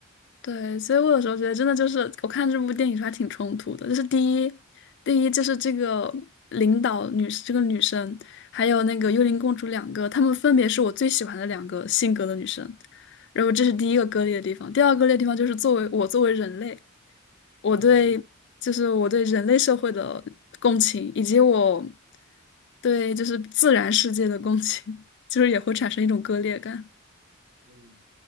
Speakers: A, on the left; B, on the right.
A: 对，所以我有时候觉得，真的就是我看这部电影时候还挺冲突的。就是第一，第一就是这个领导女，这个女生，还有那个幽灵公主两个，她们分别是我最喜欢的两个性格的女生。然后这是第一个割裂的地方。第二个割裂的地方就是作为我作为人类，我对就是我对人类社会的共情，
B: 嗯哼，
A: 以及我对就是自然世界的共情，<laughs> 就是也会产生一种割裂感。
B: 嗯。